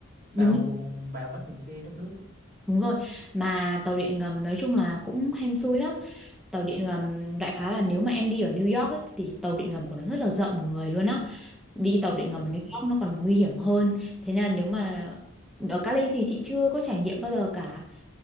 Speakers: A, on the right (about 45°); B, in the centre.
A: bao
B: đúng
A: bao hết những cái đất nước.
B: đúng rồi. Mà tàu điện ngầm nói chung là cũng hên xui lắm. Tàu điện ngầm đại khái là nếu mà em đi ở New York ấy, thì tàu điện ngầm của nó rất là rợn người luôn á đi tàu điện ngầm
A: Dạ.
B: ở New York nó còn nguy hiểm hơn thế nên là nếu mà ở Cali thì chị chưa có trải nghiệm bao giờ cả